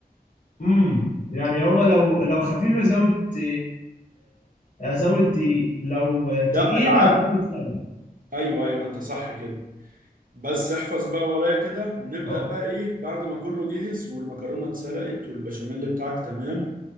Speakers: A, on the left; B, on the right.
A: امم يعني هو لو لو خفيف ازود ت- ازود دي لو
B: لا
A: تقيل
B: العك
A: ازود لبن
B: ايوه ايوه انت صح كده بس احفظ بقى ورايا كده ونبدأ
A: اه
B: بقى ايه بعد ما كله جهز والمكرونة اتسلقت والبشاميل بتاعك تمام